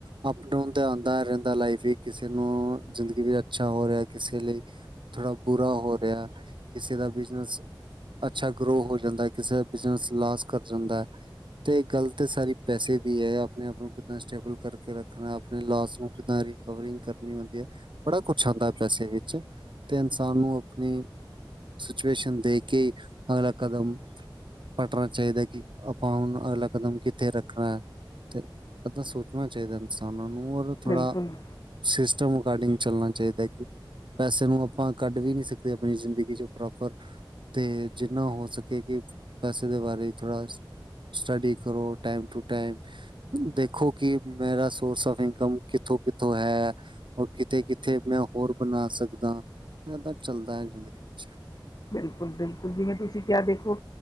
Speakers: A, on the right; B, on the left.
A: ਆਪ ਅਪ-ਡਾਊਨ ਤੇ ਆਂਦਾ ਰਹਿੰਁਦਾ ਲਾਈਫ ਵਿੱਚ ਕਿਸੇ ਨੂੰ ਜ਼ਿੰਦਗੀ ਵੀ ਅੱਛਾ ਹੋ ਰਿਆ, ਕਿਸੇ ਲਈ ਥੋੜ੍ਹਾ ਬੁਰਾ ਹੋ ਰਿਹਾ, ਕਿਸੇ ਦਾ ਬਿਜਨਸ ਅੱਛਾ ਗਰੋ ਹੋ ਜਾਂਦਾ, ਕਿਸੇ ਦਾ ਬਿਜਨਸ ਲਾਸ ਕਰ ਜਾਂਦਾ ਐ। ਤੇ ਗੱਲ ਲ ਤੇ ਸਾਰੀ ਪੈਸੇ ਦੀ ਐ, ਆਪਣੇ ਆਪ ਨੂੰ ਕਿੱਦਾਂ ਸਟੇਬਲ ਕਰਕੇ ਰੱਖ ਣਾ, ਅਪਣੇ ਲਾਸ ਨੂੰ ਕਿੱਦਾਂ ਰਿਕਵਰਿੰਗ ਕਰਨੀ ਹੁੰਦੀ ਐ। ਬੜਾ ਕੁਛ ਆਂਦਾ ਪੈਸੇ ਵਿੱਚ। ਤੇ ਇਨਸਾਨ ਨੂੰ, ਅਪਣੀ ਸਿਚੁਏਸ਼ਨ ਦੇਖ ਕੇ ਅਗਲਾ ਕਦਮ ਪਟਣਾ ਚਾਹੀਦਾ ਐ, ਕਿ ਆਪਾਂ ਹੁਣ ਅਗਲਾ ਕਦਮ ਕਿੱਥੇ ਰੱਖਣਾ ਐ। ਤੇ ਏਦਾਂ ਸੋਚਣਾ ਚਾਹੀਦਾ ਇਨਸਾਨਾਂ ਨੂੰ, ਔਰ ਥੋੜ੍ਹਾ।
B: ਬਿਲਕੁਲ
A: ਸਿਸਟਮ ਅਕਾਡਿੰਗ ਚੱਲਣਾ ਚਾਹੀਦਾ, ਐ ਕਿ। ਪੈਸੇ ਨੂੰ ਆਪਾਂ ਕੱਢ ਵੀ ਨੀ ਸਕਦੇ, ਅਪਣੀ ਜ਼ਿੰਦਗੀ ਚੋ ਪ੍ਰੋਪਰ। ਤੇ ਜਿੰਨਾ ਹੋ ਸਕੇ, ਕਿ ਪੈਸੇ ਦੇ ਬਾਰੇ ਥੋੜ੍ਹਾ। ਸਟੱਡੀ ਕਰੋ। ਟੈਮ ਟੂ ਟੈਮ ਦੇਖੋ ਕਿ ਮੇਰਾ ਸੋਰਸ ਆਫ ਇਨਕਮ ਕਿੱਥੋਂ-ਕਿੱਥੋਂ ਹੈ? ਔ ਕਿੱਥੇ -ਕਿੱਥੇ ਮੈਂ ਹੋਰ ਬਣਾ ਸਕਦਾ? ਇਨਾਂ ਤੱਕ ਚੱਲਦਾ ਐ, ਜ਼ਿੰਦਗੀ ਵਿੱਚ।
B: ਬਿਲਕੁਲ -ਬਿਲਕੁਲ, ਜਿਵੇਂ ਤੁਸੀਂ ਕਿਹਾ, ਦੇਖੋ।